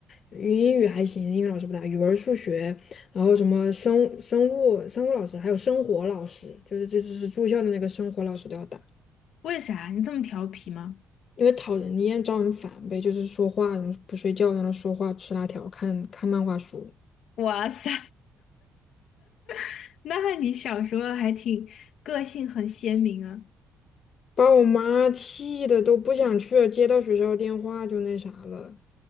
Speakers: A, on the left (about 55°); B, on the left (about 75°).
A: 语英语还行，英语老师不打，语文、数学，然后什么生生物、生物老师，还有生活老师，就是这就是住校的那个生活老师都要打，
B: 为啥你这么调皮吗？
A: 因为讨人厌、招人烦呗，就是说话不睡觉，在那说话吃辣条、看看漫画书。
B: <laughs> 哇塞，<laughs> 那你小时候还挺个性很鲜明啊。
A: 把我妈气的都不想去了，接到学校电话就那啥了，